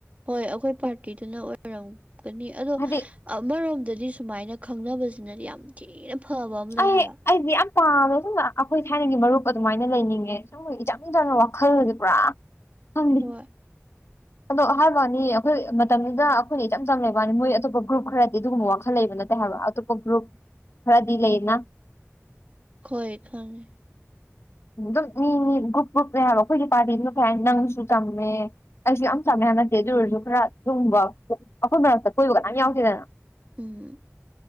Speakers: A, on the right; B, on the left.
A: ꯍꯣꯏ ꯑꯩꯈꯣꯏ ꯄꯥꯔꯇꯤꯗꯨꯅ ꯑꯣꯏꯔꯝꯒꯅꯤ ꯑꯗꯣ
B: ꯍꯥꯏꯗꯤ
A: ꯑꯃꯔꯣꯝꯗꯗꯤ ꯁꯨꯃꯥꯏꯅ ꯈꯪꯅꯕꯁꯤꯅꯗꯤ ꯌꯥꯝ ꯊꯤꯅ ꯐꯕ ꯑꯃ ꯂꯩ
B: ꯑꯩ
A: ꯍꯥꯏꯕ
B: ꯑꯩꯗꯤ ꯌꯥꯝ ꯄꯥꯝꯃꯦ ꯁꯨꯝꯅ <unintelligible> ꯑꯩꯈꯣꯏ ꯊꯥꯏꯅꯒꯤ ꯃꯔꯨꯞ ꯑꯗꯨꯃꯥꯏꯅ ꯂꯩꯅꯤꯡꯉꯦ ꯁꯨꯝ ꯏꯆꯝ ꯆꯝꯅ ꯋꯥꯈꯜꯁꯦ ꯄꯨꯔꯥ ꯈꯪꯗꯦ
A: ꯍꯣꯏ
B: ꯑꯗꯣ ꯍꯥꯏꯕꯩ ꯋꯥꯅꯤ ꯑꯩꯈꯣꯏ ꯃꯇꯝꯗꯨꯗ ꯑꯩꯈꯣꯏꯅ ꯏꯆꯝ ꯆꯝ ꯂꯩꯕꯅꯤ ꯃꯣꯏ ꯑꯇꯣꯞꯄ ꯒ꯭ꯔꯨꯞ ꯈꯔꯗꯤ ꯑꯗꯨꯒꯨꯝꯕ ꯋꯥꯈꯜ ꯂꯩꯕ ꯅꯠꯇꯦ ꯍꯥꯏꯕ <unintelligible> ꯈꯔꯗꯤ ꯂꯩꯅ
A: ꯈꯣꯏ ꯈꯪꯉꯦ
B: ꯑꯗꯨꯝ ꯃꯤ ꯃꯤ ꯒ꯭ꯔꯨꯞ ꯒ꯭ꯔꯨꯞꯅꯦ ꯍꯥꯏꯕ ꯑꯩꯈꯣꯏꯒꯤ ꯄꯥꯥꯔꯗꯤ ꯗꯨꯅ ꯀꯩꯍꯥꯏꯅꯤ ꯅꯪꯁꯨ ꯆꯝꯃꯦ ꯑꯩꯁꯨ ꯌꯥꯝ ꯆꯝꯃꯦ ꯍꯥꯏꯕ ꯅꯠꯇꯦ ꯑꯗꯨ ꯑꯣꯏꯔꯁꯨ ꯈꯔ ꯗꯨꯝꯕ ꯑꯩꯈꯣꯏ ꯃꯔꯛꯇ ꯀꯣꯏꯕ ꯀꯅꯥꯝ ꯌꯥꯎꯗꯦꯗꯅ
A: ꯎꯝ